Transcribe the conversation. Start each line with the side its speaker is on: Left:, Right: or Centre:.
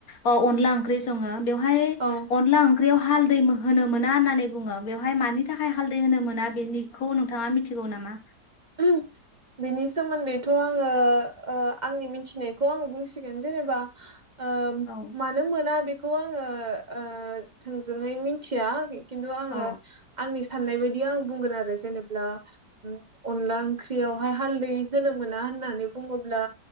Left: अ अनला ओंख्रि सङो बेवहाय
Right: औ
Left: अनला ओंख्रियाव हालदै होनो मोना होननानै बुङो बेव बेवहाय मानि थाखाय हालदै होनो मोना बेनिखौ नोंथाङा मिथिगौ नामा?
Right: <unintelligible> बेनि सोमोन्दैथ' आङो ओ आंनि मिथिनायखौ आङो बुंसिगोन जेनेबा। ओ
Left: औ
Right: मानो मोना बेखौ आङो ओ थोंजोङै मिथिया। खिन्थु आङो
Left: औ
Right: आंनि साननाय बायदि आं बुंगोन आरो जेनेब्ला। अनला ओंख्रियावहाय हालदै होनो मोना होननानै बुङोब्ला।